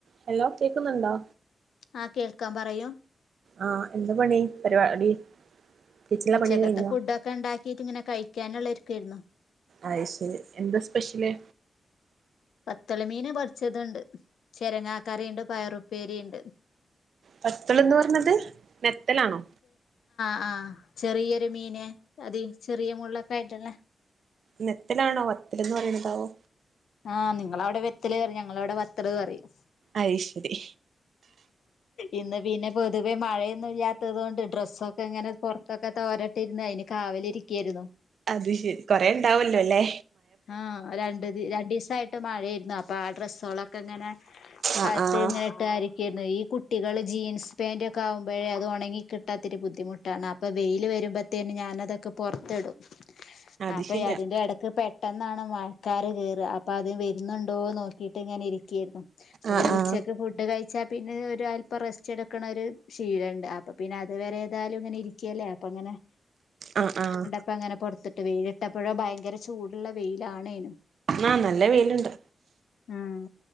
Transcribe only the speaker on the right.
ഹലോ കേക്കുന്നുണ്ടോ
ആഹ് എന്താ പണി പരിപാടി? കിച്ചണിലെ
പണി കഴിഞ്ഞോ
അയിശരി എന്താ സ്പെഷ്യല്
പത്തൾന്ന് പറഞ്ഞത് നെത്തലാണോ
നെത്തിലാണോ വത്തിലെന്ന് പറയണതാവോ
അയ് ശരി
അത് ശരി കൊറേ ഉണ്ടാവോല്ലോല്ല്യ
ആഹ്
ആഹ്
അത്
ശരിയാ
ആഹ്
ആഹ്
ആ ആഹ
ആഹ നല്ല വെയിലുണ്ട്